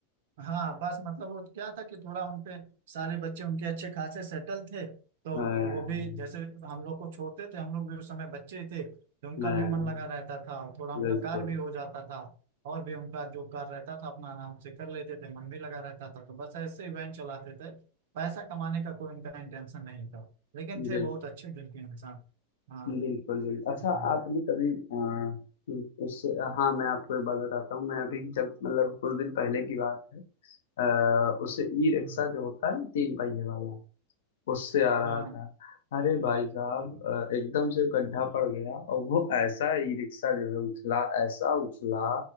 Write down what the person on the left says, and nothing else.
हाँ,
हाँ,
बिल्कुल
बिल्कुल
बिल्कुल बिल्कुल अच्छा
आपने कभी अ, उससे हाँ मैं आपको एक बात बताता हूँ मैं अभी जब मतलब कुछ दिन पहले की बात है आ, उससे ई रिक्शा
जो होता है ना तीन पहिए वाला उससे आ रहा
था अरे भाई साहब अ, एकदम से गड्ढा पड़ गया और वो ऐसा ई रिक्शा जो है उछला ऐसा उछला